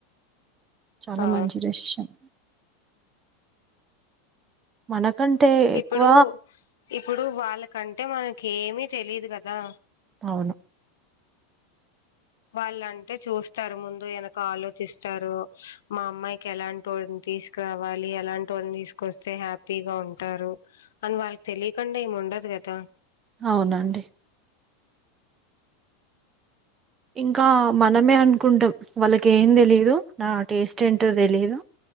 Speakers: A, on the right; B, on the left.
A: చాలా
B: ఆ
A: మంచి డెసిషన్ మనకంటే ఎక్కువ
B: ఇప్పుడు ఇప్పుడు వాళ్ళకంటే మనక ఏమి తెలీదు కదా
A: అవును
B: వాళ్ళంటే చూస్తారు ముందు వెనక ఆలోచిస్తారు మా అమ్మాయికి ఎలాంటోనీ తీసుకురావాలి ఎలాంటోన్ని తీసుకొస్తే హ్యాపీగా ఉంటారు అని వాళ్ళకి తెలియకుండా ఏమ్ ఉండదు కదా
A: అవునండి ఇంకా మనమే అనుకుంటాం వాళ్ళకి ఏం తెలీదు నా టేస్ట్ ఏంటో తెలిదు